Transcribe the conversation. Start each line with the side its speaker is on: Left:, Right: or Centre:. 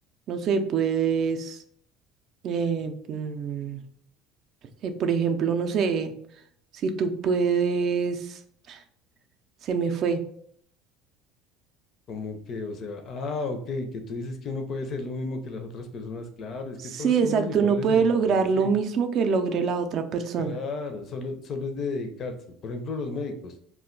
Right: no sé, puedes, eh, mm, eh, por ejemplo, no sé, si tú puedes, se me fue.
Left: Como que, o sea, ah, ok, que tú dices que uno puede ser lo mismo que las otras personas, claro, es
Right: Sí,
Left: que todos somos
Right: exacto,
Left: iguales
Right: uno puede
Left: en,
Right: lograr
Left: en
Right: lo
Left: sí,
Right: mismo que logre la otra persona.
Left: claro, solo, solo es de dedicarse. Por ejemplo, los médicos,